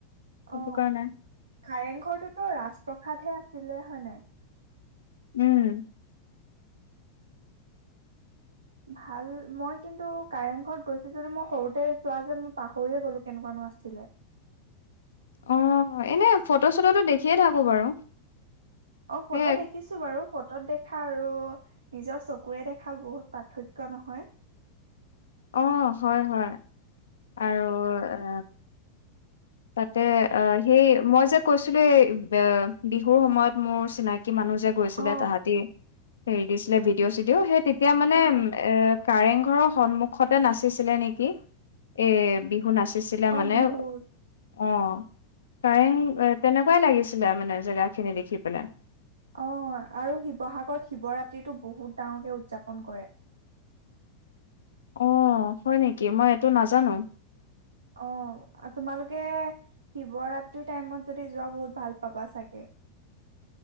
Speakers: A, on the left; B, on the right.
A: সেইটো
B: অ
A: কাৰণে
B: কাৰেংঘৰটোতো ৰাজপ্ৰসাদহে আছে কৰিছিলে হয় নাই
A: উম
B: ভাল মই কিন্তু কাৰেং ঘৰত গৈছিলো যদি মই সৰুতে যোৱা যে মই পাহৰিয়ে গ'লো কেনেকুৱানো আছিলে
A: অ এনে ফটো চটোটো দেখিয়ে থাকো বাৰু
B: অ ফটো
A: সেই
B: দেখিছো বাৰু ফ ফটো দেখা আৰু নিজৰ চকুৰে দেখা বহুত পাৰ্থক্য নহয়
A: অ হয় হয় আৰু এ তাতে অ সেই মই যে কৈছিলো এই বিহুৰ সময়ত মোৰ চিনাকি কি মানুহ যে গৈছিলে
B: অ
A: তাহাঁতি হে দিছিলে ভিডিঅ চিডিঅ' সেই তেতিয়া মানে
B: অ
A: এ কাৰেং ঘৰৰ সন্মুখতে নাচিছিলে নেকি এ বিহু নাচি পাছিলে
B: অ
A: মানে
B: বিহু
A: অ'। কাৰেং তেনেকুৱাই লাগিছিলে মানে জেগাখিনি দেখি পেলাই।
B: অ', আৰু শিৱসাগৰত শিৱৰাত্ৰিটো বহুত ডাঙকে উদযাপন কৰে।
A: অ', হয় নেকি মই এইটো নাজানো!
B: অ', তোমালোকে শিৱৰাত্ৰি টাইমত যদি যোৱা বহুত ভাল পাবা চাগে।